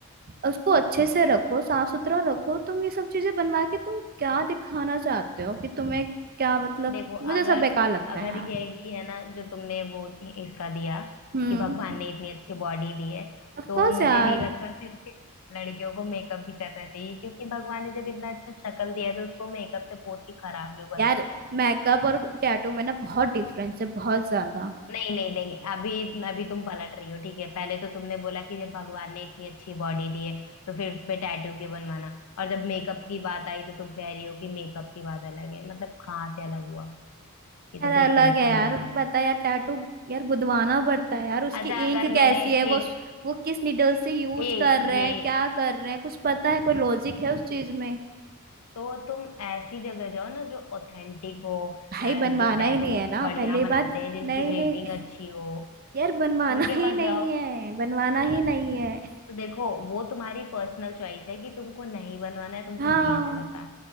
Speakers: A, on the right; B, on the left.
A: उसको अच्छे से रखो साफ सुथरा रखो तुम ये सब चीजें बनवा के तुम क्या दिखाना चाहते हो कि तुम्हें क्या मतलब
B: देखो
A: मुझे
B: अगर
A: सब बेकार लगता
B: अगर
A: है यार
B: यही है ना जो तुमने वो इसका दिया
A: हम्म
B: कि भगवान ने इतनी अच्छी बॉडी दी है
A: ऑफ
B: तो
A: कोर्स
B: मुझे
A: यार
B: नहीं लगता सिर्फ लड़कियों को मेकअप भी करना चाहिए क्योंकि भगवान ने जब इतना अच्छा शक्ल दिया है तो उसको मेकअप से पोत के खराब क्यों करना
A: यार मेकअप और टैटू में ना बहुत डिफरेंस है बहुत ज्यादा
B: नहीं नहीं नहीं अभी अभी तुम पलट रही हो ठीक है पहले तो तुमने बोला कि जब भगवान ने इतनी अच्छी बॉडी दी है तो फिर उस पे टैटू क्यों बनवाना और जब मेकअप की बात आई तो तुम कह रही हो कि मेकअप की बात अलग है मतलब कहाँ से अलग हुआ ये तो
A: यार
B: कोई
A: अलग
B: सेंस
A: है
B: नहीं
A: यार
B: बना रहा
A: पता
B: है
A: है यार टैटू यार गुदवाना पड़ता है यार उसकी
B: अच्छा अगर
A: इंक कैसी
B: मैंने
A: है वो
B: एक
A: वो किस निडल से यूज
B: ए
A: कर रहे
B: ये
A: हैं क्या कर रहे हैं कुछ पता है कोई लॉजिक है उस चीज में
B: तो तुम ऐसी जगह जाओ ना जो ऑथेंटिक हो
A: भाई
B: अ,
A: बनवाना
B: जो टैटू
A: ही नहीं है ना
B: बढ़िया
A: पहली
B: बनाते
A: बात
B: हैं जिनकी
A: नहीं
B: रेटिंग
A: नहीं
B: अच्छी हो
A: यार बनवाना
B: उनके
A: ही
B: पास
A: नहीं
B: जाओ
A: है बनवाना ही नहीं है
B: तो देखो वो तुम्हारी पर्सनल चॉइस है कि तुमको नहीं बनवाना है तुमको
A: हाँ
B: नहीं अच्छा लगता